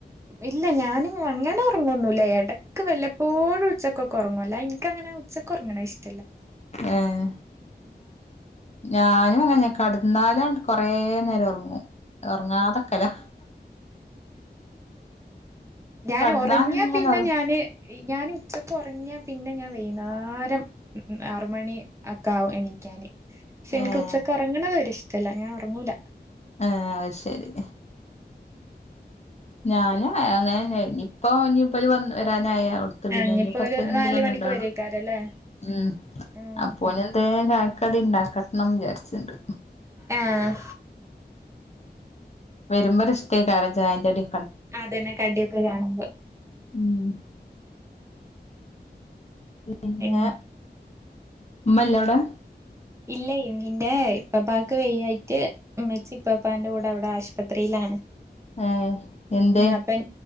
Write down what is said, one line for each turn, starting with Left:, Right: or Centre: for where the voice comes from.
Right: ഇല്ല ഞാനും അങ്ങനെ ഒർ ങ്ങൊന്നുംല്ല. എടക്ക് വല്ലപ്പോഴും ഉച്ചക്കൊക്കെ ഒർങ്ങും. അല്ലാ ഇൻക്കങ്ങനെ ഉച്ചക്ക് ഒർങ്ങണ ഇഷ്ട്ട
Left: ഏഹ്. ഞാനും അങ്ങന കട്ന്നാലാണ്ട് കൊറെ നേരം ഒർങ്ങും.. ഒർ ങ്ങാതക്കലാ.
Right: ഞാന്
Left: കടന്നാ
Right: ഒറങ്ങിയ
Left: ഇങ്ങനെ
Right: പിന്നെ
Left: ഒറ
Right: ഞാന് ഞാന് ഉച്ചക്ക് ഒർങ്ങിയാ പിന്നെ ഞാ വൈന്നാരം ആറുമണി അക്കെ ആവും എണീക്കാന്. ശ്ശെൻക്ക്
Left: ഏഹ്
Right: ഉച്ചക്ക് ഒർങ്ങണതൊ രിഷ് അല്ല ഞാ ഒർങ്ങൂല.
Left: ആഹ് അഅ് ശരി. ഞാന് അങ്ങനെന്നെ നിപ്പൊ ഇഞ്ഞ് ഇബല് വ വരാനായ അവ്ട്ത്തെ പിന്നെ
Right: ആഹ് ഇനിയിപ്പോ
Left: ഇഞ്ഞ്പ്പോ എത്തെങ്കിലും
Right: ഒരു നാല്
Left: ഒന്നുംണ്ടാണം.
Right: മണിക്ക് വരേക്കാരല്ലേ
Left: ഉം
Right: ഉം
Left: അപ്പോന് എന്തേ ചായക്കടി ഇണ്ടാക്കട്ട്ണം വിചാര്ച്ച ച്ചണ്ട്.
Right: ഏഹ്.
Left: വര്മ്പോരിഷ്ടേക്കാരെ ചായെന്റടി.
Right: അതെന്നെ കടിക്കെ കാണ്മ്പൊ
Left: ഉം. പിന്നെ
Right: ഉം
Left: ഉമ്മഇല്ല അവിടെ
Right: ഇല്ല ഇമ്മിന്റെ ഇപ്പപ്പാക്ക് വയ്യായിട്ട് ഇമ്മച്ചി ഇപ്പപ്പാന്റെ കൂടെ അവിടെ ആശുപത്രിയിലാണ്
Left: ആഹ എന്ത
Right: ഉം അപ്പം